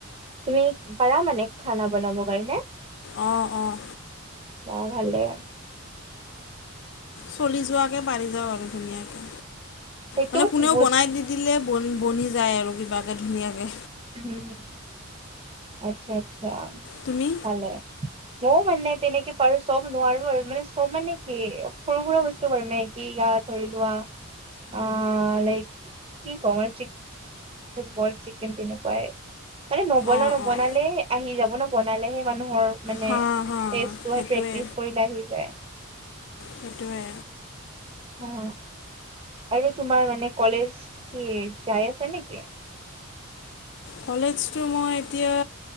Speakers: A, on the right; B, on the left.
A: তুমি পাৰা মানে খানা বনাব কাৰণে?
B: অঁ অঁ।
A: অহ ভালে।
B: চলি যোৱাকে পাৰি যাওঁ আৰু ধুনীয়াকে
A: সেইটো
B: মানে কোনেও
A: বহুত
B: বনাই নিদি দিলে বন বনি যায় আৰু কিবাকে ধুনীয়াকে।
A: উম আচ্ছা আচ্ছা
B: তুমি
A: পালে। ময়ো মানে তেনেকে পাৰো চব নোৱাৰো আৰু। মানে চব মানে কি, সৰু সুৰা বস্তু পাৰো মেগি ইয়াত ধৰি লোৱা অ লাইক কি কম‌ আৰু চিক বইল চিকেন তেনেকুৱাই। মানে নবনাও
B: অঁ
A: নবনালে
B: অঁ
A: আহি যাব ন বনালেহে মানুহৰ। মানে
B: হা
A: তেষ্টটো
B: হা সেইটোৱে
A: সেই প্ৰেক্টিচ কৰিলে আহি যায়।
B: সেইটোৱে।
A: অ, আৰু তোমাৰ মানে কলেজ কি, যাই আছে নে কি?
B: কলেজটো মই এতিয়া